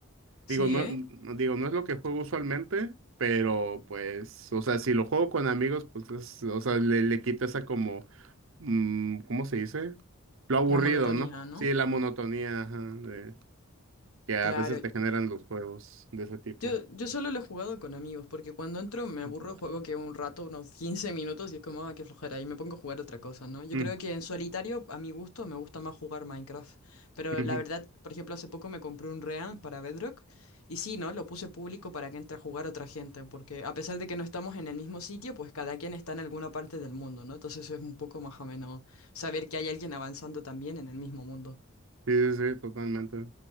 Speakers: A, on the right; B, on the left.
A: Digo,
B: Sí,
A: no,
B: ¿eh?
A: no- digo, no es lo que juego usualmente, pero pues, o sea, si lo juego con amigos, pues es, o sea, le, le quita esa como, mm, ¿cómo se dice? Lo aburrido,
B: La monotonía,
A: ¿no?
B: ¿no?
A: Sí, la monotonía, ajá, de- que a
B: Claro.
A: veces te generan los juegos de ese tipo.
B: Yo, yo solo lo he jugado con amigos, porque cuando entro me aburro,
A: Ujú.
B: juego que un rato, unos 15 minutos, y es como, ah, qué flojera, y me pongo a jugar otra cosa, ¿no? Yo
A: Mm,
B: creo que en solitario, a mi gusto, me gusta más jugar Minecraft. Pero
A: ujú.
B: la verdad, por ejemplo, hace poco me compré un Real para Bedrock, y sí, ¿no? Lo puse público para que entre a jugar otra gente, porque a pesar de que no estamos en el mismo sitio, pues cada quien está en alguna parte del mundo, ¿no? Entonces es un poco más ameno saber que hay alguien avanzando también en el mismo mundo.
A: Sí, sí, sí, totalmente.